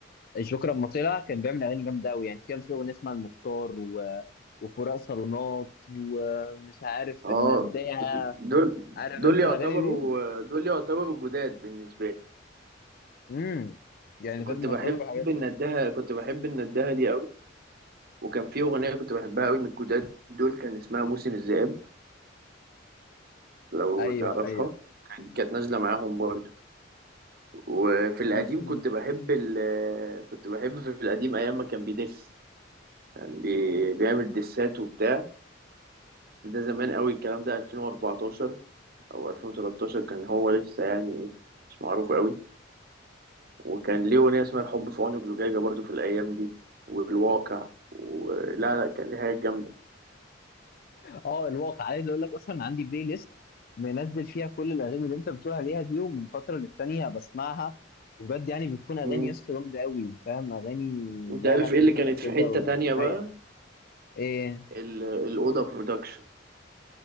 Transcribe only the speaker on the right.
اه
دول
دول
يعتبروا
دول يعتبروا جداد بالنسبه لي
كنت
بحب
الندهه كنت بحب الندهه دي قوي وكان في اغنيه كنت بحبها قوي من الجداد دول كان اسمها موسم الذئاب لو
تعرفها
كانت نازله معاهم برضو وفي القديم
كنت بحب ال كنت بحب في القديم ايام ما كان بيدس كان بي... بيعمل دسات وبتاع ده زمان قوي الكلام ده 2014 او 2013 كان هو لسه يعني ايه مش معروف قوي وكان ليه أغنية اسمها الحب في عينك زجاجة برضو في الأيام دي والواقع ولا لا كان ليها حاجات جامدة
مم.
أنت
عارف
إيه اللي كانت في
حتة
تانية بقى
ال- الأوضة برودكشن